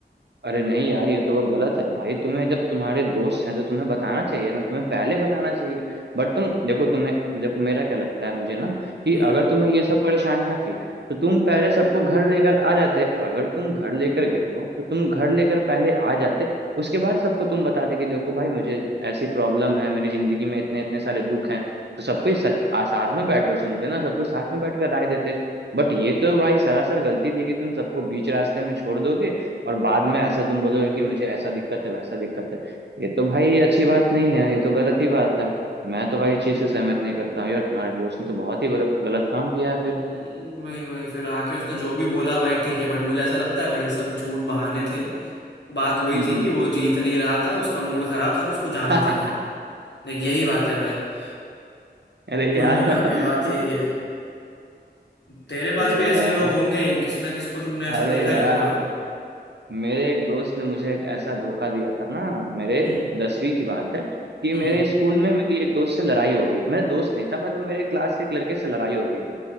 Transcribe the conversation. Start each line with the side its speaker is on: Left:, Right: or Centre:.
Right: अरे नहीं यार ये तो बहुत गलत है भाई तुम्हें जब तुम्हारे दोस्त हैं तो तुम्हें बताना चाहिए ना तुम्हें पहले बताना चाहिए बट तुम देखो तुम्हें देखो मेरा क्या लगता है मुझे ना कि
Left: हम्म
Right: अगर तुम्हें ये सब परेशानियां थी तो तुम पहले सबको घर लेकर आ जाते अगर तुम घर लेकर गए हो तो तुम घर लेकर पहले आ जाते उसके बाद सबको तुम बताते कि देखो भाई मुझे ऐसी प्रॉब्लम है मेरी जिंदगी में इतने इतने सारे दुख हैं तो सबको ही सच आ- साथ में बैठकर सुनते ना सबको साथ में बैठकर राय देते बट ये तो भाई सरासर गलती थी कि तुम सबको बीच रास्ते में छोड़ दोगे और बाद में ऐसा तुम बोलोगे कि मुझे ऐसा दिक्कत है वैसा दिक्कत है ये तो भाई अच्छी बात नहीं है ये तो गलत ही बात है मैं तो भाई इस चीज से सहमत नहीं करता हूँ यार तुम्हारे दोस्त ने तो बहुत ही गलत गलत काम किया है फिर
Left: वही वही फिर आके उसने जो भी बोला भाई ठीक है बट मुझे ऐसा लगता है भाई ये सब झूठ बहाने थे बात वही
Right: हम्म
Left: थी कि वो जीत नहीं रहा था उसका मूड खराब था तो उसको जाना
Right: हम्म।
Left: था घर
Right: <laughs>
Left: लेकिन यही बात है भाई <laughs>
Right: अरे
Left: कुल
Right: यार
Left: मिला के बात यही
Right: <laughs>
Left: है तेरे पास
Right: अरे
Left: भी ऐसे
Right: यार
Left: लोग होंगे किसी ना किसी को तुमने ऐसा
Right: अरे
Left: देखा
Right: यार
Left: ही होगा
Right: मेरे एक दोस्त ने मुझे एक ऐसा धोखा दिया था ना मेरे
Left: हम्म
Right: दसवीं की बात है कि
Left: हम्म
Right: मेरे स्कूल में मेरी एक दोस्त से लड़ाई हो गई मेरा दोस्त नहीं था मतलब मेरे क्लास के एक लड़के से लड़ाई हो गई थी